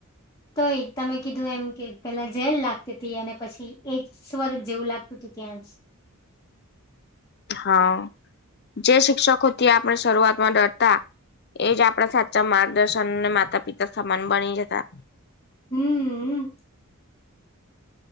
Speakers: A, on the left (about 15°); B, on the left (about 50°).
A: તો એ તમે કીધું એમ કે પેલા જેલ લાગતી હતી અને પછી એ જ ર જ જેવું લાગતું હતું ત્યાંસ
B: હા જે શિક્ષકો ત્યાં આપણે શરૂઆતમાં ડરતા એજ આપડા સાચા માર્ગદર્શન અને માતા પિતા સમાન બની જતા
A: હમ્મ